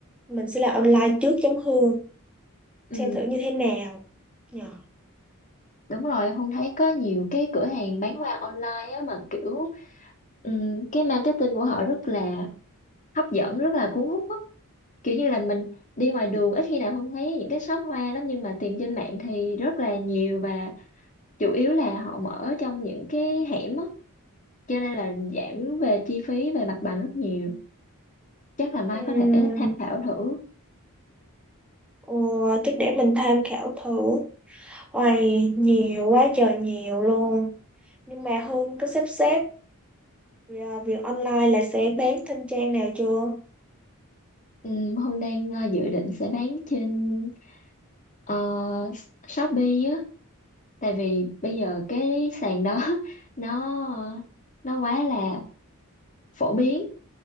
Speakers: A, in the centre; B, on the left (about 35°).
A: mình sẽ làm online trước giống Hương
B: ừ,
A: xem thử như thế nào nhờ
B: đúng rồi Hương thấy có nhiều cái cửa hàng bán hoa online á mà kiểu ừ, cái marketing của họ rất là hấp dẫn rất là cuốn hút á kiểu như là mình đi ngoài đường ít khi nào Hương thấy những cái shop hoa lắm nhưng mà tìm trên mạng thì rất là nhiều và chủ yếu là họ mở trong những cái hẻm á cho nên là giảm về chi phí về mặt bằng rất nhiều chắc là Mai
A: Ừm,
B: có thể tham khảo thử
A: ờ, chắc để mình tham khảo thử Ôi, nhiều quá trời nhiều luôn nhưng mà Hương có sắp xếp à, việc online là sẽ bán trên trang nào chưa
B: Ừm, Hương đang ờ, dự định sẽ bán trên ờ, Shopee á tại vì bây giờ cái sàn đó <laughs> nó nó quá là phổ biến